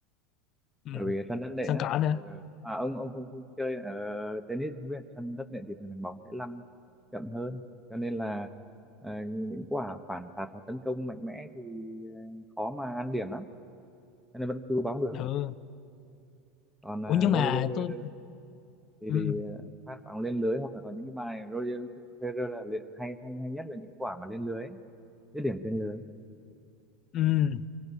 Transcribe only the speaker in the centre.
bởi vì sân đất nện
á
ờ, à ông ông không không chơi ở tennis không biết sân đất nện thì thường thường bóng sẽ lăn chậm hơn cho nên là à, những quả phản tạt hoặc tấn công mạnh mẽ thì à, khó mà ăn điểm lắm cho nên vẫn cứu bóng được
còn
à,
Roger
Federer
thì,
thì à, phát bóng lên lưới hoặc là có những cái bài Roger Federer là li- hay hay hay nhất là những quả mà lên lưới ấy, dứt điểm trên lưới